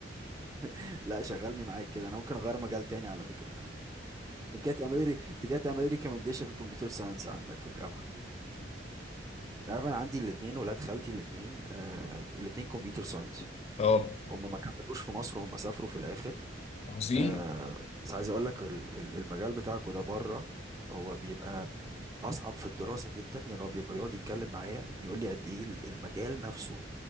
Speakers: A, on the right; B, on the left.
A: <laughs> لا شغلني معاك كده انا ممكن اغير مجال تاني على فكره انت جاي تعمل لي انت جاي تعمل لي ريكومنديشن في الكمبيوتر ساينس عندك في الجامعه انت عارف انا عندي الاثنين ولاد خالتي الاثنين آه الاثنين كمبيوتر ساينس
B: <laughs> اه
A: هم ما كملوش في مصر هم سافروا في الاخر
B: عظيم
A: آه بس عايز اقول لك ال- ال- المجال بتاعك وده بره هو بيبقى اصعب في الدراسه جدا يعني هو بيبقى بيقعد يتكلم معايا بيقول لي قد ايه المجال نفسه